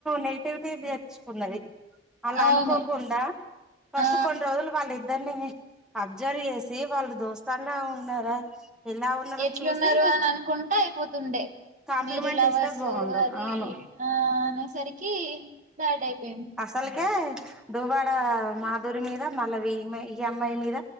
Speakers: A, in the centre; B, on the right.
A: నెగెటివ్ కున్నది వాళ్లా
B: అవును
A: అనుకోకుండా ఫస్ట్
B: ఆ
A: కొన్ని రోజులు వాళ్ళ అదండి అబ్జర్వ్ చేసి వాళ్ళు దోస్తన్లా ఉన్నారా ఎలా ఉన్నారో
B: ఎట్లున్నారు
A: చూసి
B: అని అనుకుంటా అయిపోతుండే
A: కాంప్లిమెంట్
B: మీరు లవర్సు
A: ఇస్తే బాగుండు
B: అది
A: అవును
B: ఆ అనేసరికి బ్యాడ్ అయిపోయింది
A: అసలుకే దువ్వాడ మాధూరి మీద మళ్ళా వియ్యమ ఈ అమ్మాయి మీద